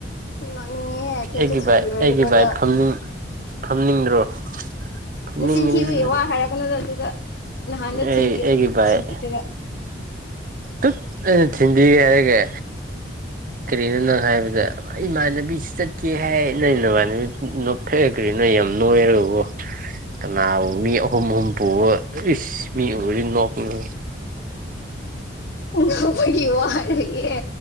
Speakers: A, on the left; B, on the right.
A: ꯅꯣꯛꯅꯤꯡꯉꯦꯍꯦ ꯊꯦꯟꯁꯨ
B: ꯑꯩꯒꯤ
A: ꯊꯤꯟꯕꯤꯔꯣꯏꯗꯕꯗ
B: ꯚꯥꯏꯛ ꯑꯩꯒꯤ ꯚꯥꯏꯛ ꯐꯝꯅꯤꯡ ꯐꯝꯅꯤꯡꯗ꯭ꯔꯣ ꯐꯝꯅꯤꯡꯒꯅꯤꯗ
A: ꯅꯆꯤꯟ ꯊꯤꯕꯩ
B: ꯅꯪ
A: ꯋꯥ ꯍꯥꯏꯔꯛꯀꯅꯨꯗ ꯑꯗꯨꯗ ꯅꯍꯥꯟꯗ
B: ꯑꯩ
A: ꯊꯤꯟꯕꯤꯑꯣ
B: ꯑꯩꯒꯤ ꯕꯥꯏꯛ
A: ꯊꯤꯟꯕꯤꯗ꯭ꯔꯒ
B: ꯇꯨꯠ ꯑꯩꯅ ꯊꯤꯟꯕꯤꯒꯦ ꯍꯥꯏꯔꯒꯥ ꯀꯔꯤꯅꯣ ꯅꯪ ꯍꯥꯏꯕꯗꯥ ꯏꯃꯥꯟꯅꯕꯤꯁꯨ ꯆꯠꯀꯦ ꯍꯥꯏ ꯅꯣꯏ ꯅꯃꯥꯟꯅꯕꯤ ꯅꯣꯞꯊꯒ꯭ꯔꯦ ꯅꯣꯏ ꯌꯥꯝ ꯅꯣꯏꯔꯒꯀꯣ ꯀꯅꯥꯕꯨ ꯃꯤ ꯑꯍꯨꯝ ꯑꯍꯨꯝ ꯄꯨꯕ ꯏꯁ ꯃꯤ ꯎꯔꯗꯤ ꯅꯣꯛꯅ
A: ꯎꯝ ꯅꯣꯏꯒꯤ ꯋꯥ ꯍꯥꯏꯔꯛꯑꯦ